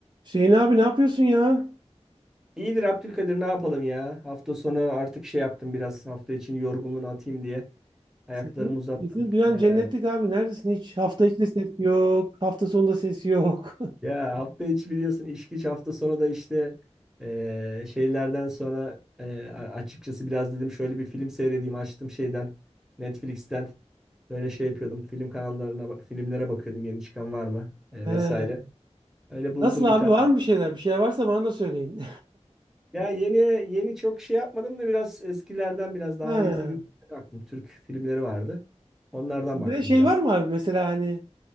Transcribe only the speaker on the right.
Hüseyin abi ne yapıyorsun ya?
Sesin.
Sesini duyan
cennetlik abi. Neredesin hiç? Hafta içi de ses yok. Hafta sonunda ses yok.
<laughs>
He.
Nasıl abi
var mı bir şeyler? Bir şeyler varsa bana da söyleyin.
<laughs> He.
Bir
de şey
var mı abi? Mesela hani